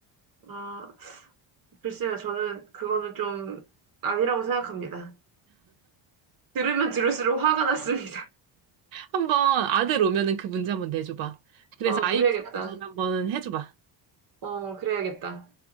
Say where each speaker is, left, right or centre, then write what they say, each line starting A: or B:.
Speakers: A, on the right (about 45°); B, on the right (about 70°).
A: 아, 글쎄요. 저는 그거는 좀 아니라고 생각합니다. 들으면 들을수록 화가 났습니다.
B: 한번 아들 오면은 그 문제 한번 내줘봐. 그래서
A: <laughs> 어,
B: IQ
A: 그래야겠다.
B: 검사를 한번 해줘봐.
A: 어, 그래야겠다.